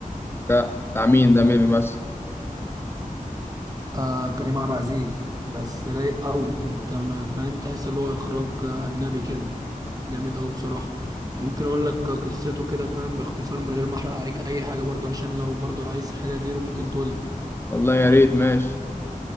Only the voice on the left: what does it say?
ده بتاع مين ده مين اللي بيمثل
والله يا ريت ماشي